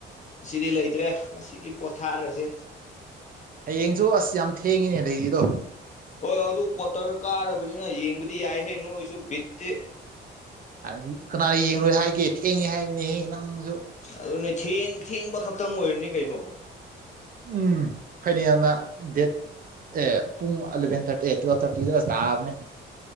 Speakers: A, on the left (about 35°); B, on the right (about 45°).
A: ꯑꯁꯤꯗꯤ ꯂꯩꯇ꯭ꯔꯦ ꯉꯁꯤꯗꯤ ꯄꯣꯊꯥꯔꯁꯦ
B: ꯍꯌꯦꯡꯁꯨ ꯑꯁ ꯌꯥꯝ ꯊꯦꯡꯉꯤꯅꯦ ꯂꯩꯔꯤꯗꯣ
A: ꯍꯣꯏ ꯑꯗꯨ ꯀ꯭ꯋꯥꯇꯔ ꯀꯥꯔꯕꯅꯤꯅ ꯌꯦꯡꯕꯗꯤ ꯌꯥꯏꯍꯦ ꯅꯣꯏꯁꯨ ꯕꯤꯠꯇꯤ
B: ꯗꯤ ꯀꯅꯥ ꯌꯦꯡꯂꯡꯉꯣꯏ ꯍꯥꯏꯒꯦ ꯊꯦꯡꯉꯦ ꯍꯥꯏꯕꯅꯦꯍꯦ ꯅꯪꯁꯨ
A: ꯑꯗꯨꯅꯦ ꯊꯦꯡ ꯊꯦꯡꯕ ꯈꯛꯇꯪ ꯑꯣꯏꯔꯅꯤ ꯀꯩꯅꯣ
B: ꯎꯝ ꯐꯩꯅꯦꯅ ꯗꯦꯠ ꯑꯦ ꯄꯨꯡ ꯑꯦꯂꯚꯦꯟ ꯊꯥꯔꯇꯤ ꯑꯦ ꯇꯨꯋꯦꯜ ꯊꯥꯔꯇꯤꯗ ꯇꯥꯕꯅꯦ